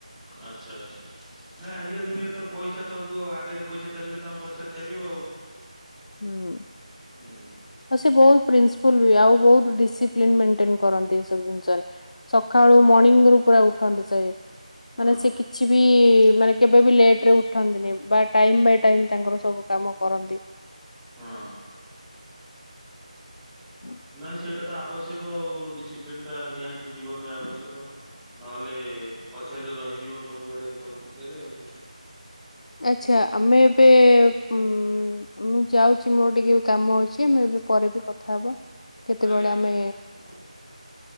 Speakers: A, in the centre; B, on the left (about 65°).
A: ଆଚ୍ଛା ଆଚ୍ଛା। ନାଇଁ ଆଜିକାଲି ଦୁନିଆରେ ତ ପଇସା ସବୁ ଆଉ। ଆଗରେ ପଇସା ଚାଲିଲେ ତମେ ପଛରେ ଚାଲିବ ଆଉ।
B: ହୁଁ ‌।
A: ହୁଁ
B: ଆଉ ସେ ବହୁତ ପ୍ରିନ୍ସିପୁଲ୍ ବି। ଆଉ ବହୁତ ଡିସିପ୍ଲିନ୍ ମେଣ୍ଟେନ୍ କରନ୍ତି ଏବୁ ଜିନିସ ରେ। ସଖାଳୁ
A: ହଁ
B: ମର୍ଣ୍ଣିଂ ରୁ ପୁରା ଉଠନ୍ତି ସେ।
A: ହଁ
B: ମାନେ ସେ କି କିଛି ବି ମାନେ କେବେ ବି ଲେଟ୍ ରେ ଉଠନ୍ତିନି। ବା ଟାଇମ୍ ବାଇ ଟାଇମ୍ ତାଙ୍କର ସବୁ କାମ କରନ୍ତି।
A: ହଁ।
B: ହଁ <inaudible>
A: ନାଇଁ ସେଇଟା ତ ଆବଶ୍ୟକ ଆଉ। ଡିସିପ୍ଲିନ୍ ଟା ନିହାତି ଜୀବନରେ ଆବଶ୍ୟକ। ନହେଲେ ପଛରେ ରହିଯିବ ସବୁଆଡ଼େ ସବୁ କ୍ଷେତ୍ରରେ ଆଉ।
B: ଆଚ୍ଛା। ଆମେ ଏବେ ମୁଁ ଯାଉଚି ମୋର ଟିକେ ବି କାମ ଅଛି, ଆମ ଏବେ ପରେ ବି କଥା ହବା। କେତେବେଳେ
A: ଆଜ୍ଞା ଠିକ୍
B: ଆମେ
A: ଅଛି ଠିକ୍ ଅଛି